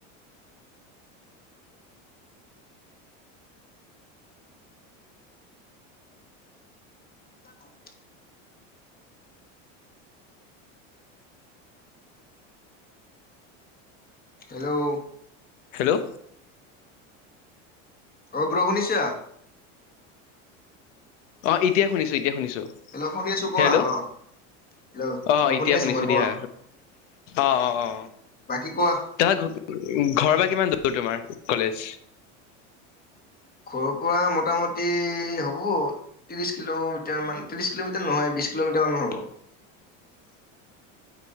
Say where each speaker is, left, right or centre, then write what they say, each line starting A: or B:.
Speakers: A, on the left; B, on the left.
A: <unintelligible> হেল্ল'
B: হেল্ল',
A: অ' ব্ৰ, সুণিছা?
B: অ' এতিয়াই শুনিছো, এতিয়া শুনিছো
A: হেল্ল' শুনি আছো কোৱা
B: হেল্ল',
A: অ হেল্ল'
B: অ' এতিয়
A: শুনি আছো
B: শুনিছো
A: মই কোৱা
B: দিয়া অ অ অ
A: বাকী কোৱা
B: ত ঘৰ বা কিমান দূৰ তোমাৰ কলেজ?
A: ঘৰৰ পৰা মোটামুটি হ'ব, ত্ৰিশ কিলোমিটাৰ মান ত্ৰিশ কিলোমিটাৰ নহয়, বিশ কিলোমিটাৰ মানো হ'ব।